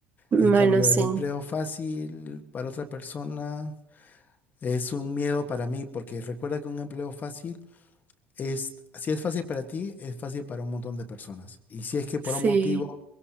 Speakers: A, on the right; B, on the left.
A: bueno,
B: En cambio,
A: sí,
B: el empleo fácil para otra persona es un miedo para mí, porque recuerda que un empleo fácil es, si es fácil para ti, es fácil para un montón de personas. Y si es que por
A: sí,
B: un motivo